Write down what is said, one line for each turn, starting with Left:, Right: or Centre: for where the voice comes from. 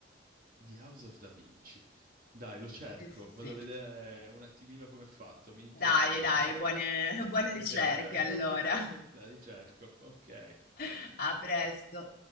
Right: The House of Da Vinci. Dai, lo cerco,
Left: Sì, sì,
Right: vado
Left: sì.
Right: a vedere un attimino come è fatto, mi intrigano
Left: Dai,
Right: queste
Left: dai,
Right: cose.
Left: buone <laughs> buone
Right: Perché
Left: ricerche allora.
Right: <laughs> la ricerco, ok.
Left: <laughs> A presto.